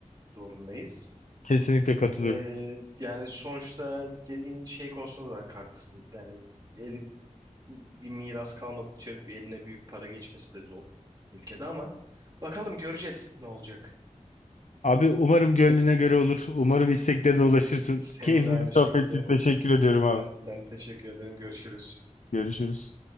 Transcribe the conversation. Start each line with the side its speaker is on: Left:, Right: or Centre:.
Right: zorundayız.
Left: kesinlikle katılıyorum.
Right: Ee, yani sonuçta dediğin şey konusunda da hak- haklısın. Yani eli- bir miras kalmadıkça bir eline büyük para geçmesi de zor ülkede ama bakalım göreceğiz ne olacak.
Left: Abi umarım gönlüne göre olur. Umarım isteklerine ulaşırsın.
Right: Senin
Left: Keyifli
Right: de aynı
Left: bir sohbetti.
Right: şekilde.
Left: Teşekkür ediyorum abi.
Right: Ben ben teşekkür ederim. Görüşürüz.
Left: Görüşürüz.